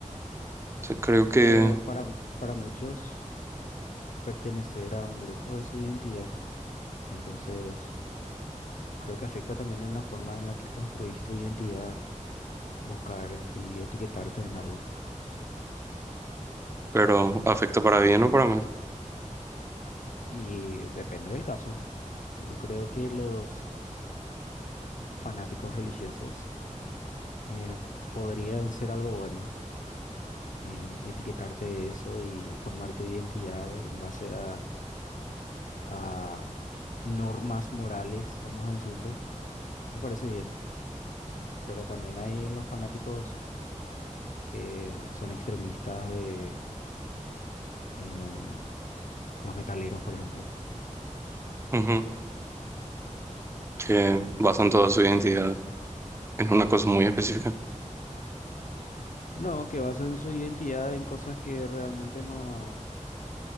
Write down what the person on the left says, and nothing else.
Pero para, para muchos, pertenecer a un grupo es su identidad. Entonces, creo que afecta también en la forma en la que construís tu identidad, buscar y etiquetarte en algo.
Y depende del caso. Yo creo que los fanáticos religiosos eh, podrían ser algo bueno en etiquetarte de eso y formar tu identidad en base a, a normas morales, vamos a decirlo, me parece bien. Pero también hay los fanáticos que son extremistas de eh, los metaleros, por ejemplo.
No, que basan su identidad en cosas que realmente no,